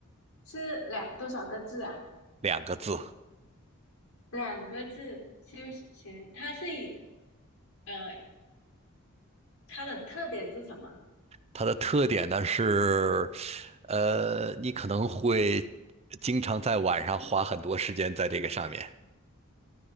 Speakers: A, on the left; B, on the right.
A: 是两多少个字啊？
B: 两个字，
A: 两个字，休闲。它是以呃，它的特点是什么？
B: 它的特点呢是呃你可能会经常在晚上花很多时间在这个上面。